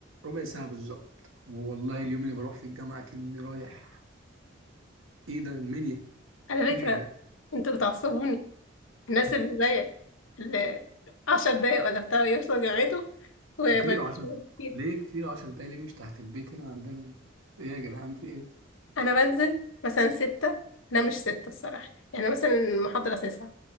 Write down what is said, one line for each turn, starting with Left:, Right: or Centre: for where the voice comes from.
Right: ربع ساعه بالظبط والله اليوم اللي بروح في الجامعه كأني رايح ايه ده المنيا <laughs>
Left: على
Right: ايه
Left: فكرة
Right: يا جدعان
Left: انتوا بتعصبوني الناس اللي زيك اللي عشر دقايق ولا بتاع يوصل جامعته وما
Right: كتير
Left: يبقاش
Right: عشر
Left: موجود فيها
Right: ليه كتير عشر دقايق ليه مش تحت البيت هنا عندنا ايه يا جدعان في ايه
Left: انا بنزل مثلا ستة لا مش ستة الصراحة يعني مثلا المحاضرة تسعة